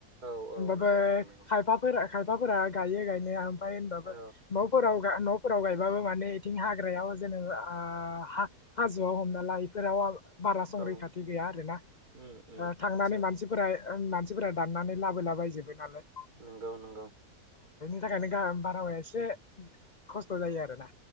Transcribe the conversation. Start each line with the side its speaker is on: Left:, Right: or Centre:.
Right: औ औ
Left: ।
Right: नंगौ नोंथां नंगौ
Left: <unintelligible> खायफाफोरा खायफाफोरा गायो गायनाया ‌। बाय होनबाबो
Right: औ
Left: न'फोराव न'फोराव गायबाबो माने बिथिं हाग्रायाव जेनेबा आ हाजोआव हमना ला बेफोराव बारा संरैखाथि
Right: औ
Left: गैया आरोना
Right: उम उम
Left: थांनानै
Right: आदसा
Left: मानसिफोरा मानसिफोरा दाननानै लाबोला बायजोब्बाय नालाय ।
Right: नोंगौ नोंंगौ
Left: बिनि थाखायनो बारहावाया एसे खस्थ' जायो आरोना